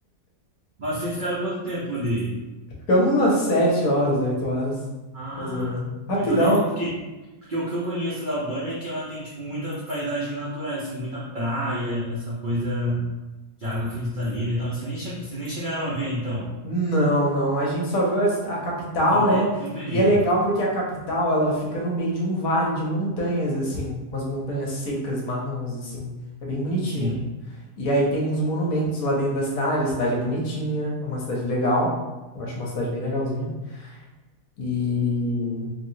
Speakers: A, on the right; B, on the left.
A: Mas vocês ficaram quanto tempo ali?
B: Ficamos umas sete horas, oito horas,
A: Ah,
B: mais ou menos. Rapidão.
A: mas eu nem. Porque, porque o que eu conheço da Albânia é que ela tem, tipo, muitas paisagens naturais, assim, muita praia, essa coisa de água cristalina e tal. Vocês nem, che... Vocês nem chegaram a ver, então.
B: Não, não, a gente só viu a, a capital,
A: Só pau...
B: né?
A: Só perrengue.
B: E é legal porque a capital, ela fica no meio de um vale de montanhas, assim, umas montanhas secas, marrons, assim. É bem bonitinho.
A: Sim.
B: E aí tem uns monumentos lá dentro da cidade. A cidade é bonitinha, é uma cidade legal. Eu acho uma cidade bem legalzinha. E